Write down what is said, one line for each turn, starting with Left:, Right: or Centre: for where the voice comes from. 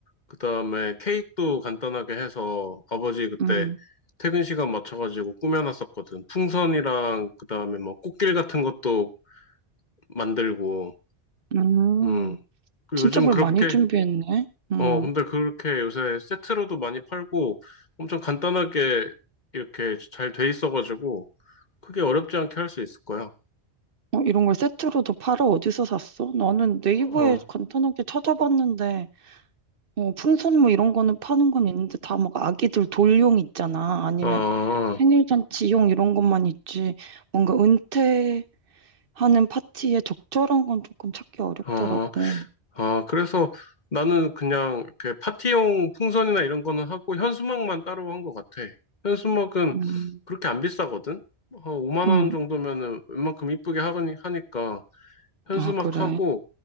Left: 그다음에 케이크도 간단하게 해서 아버지 그때
Right: 응,
Left: 퇴근 시간 맞춰가지고 꾸며놨었거든. 풍선이랑 그다음에 뭐 꽃길 같은 것도 만들고.
Right: 응.
Left: 음. 그리고
Right: 진짜
Left: 요즘
Right: 뭘
Left: 그렇게
Right: 많이 준비했네. 응.
Left: 어 근데 그렇게 요새 세트로도 많이 팔고 엄청 간단하게 이렇게 잘 돼 있어가지고 크게 어렵지 않게 할 수 있을 거야.
Right: 어, 이런 걸 세트로도 팔아? 어디서 샀어? 나는 네이버에
Left: 어.
Right: 간단하게 찾아봤는데, 어, 풍선 뭐 이런 거는 파는 건 있는데 다 막 아기들 돌용 있잖아. 아니면
Left: 아,
Right: 생일잔치용 이런 것만 있지, 뭔가 은퇴하는 파티에 적절한 건 조금 찾기 어렵더라고.
Left: 아, 아, 그래서 나는 그냥 이렇게 파티용 풍선이나 이런 거는 하고 현수막만 따로 한 것 같아. 현수막은
Right: 음,
Left: 그렇게 안 비싸거든? 한 5만
Right: 음,
Left: 원 정도면은 웬만큼 이쁘게 하니- 하니까 현수막하고
Right: 아, 그래.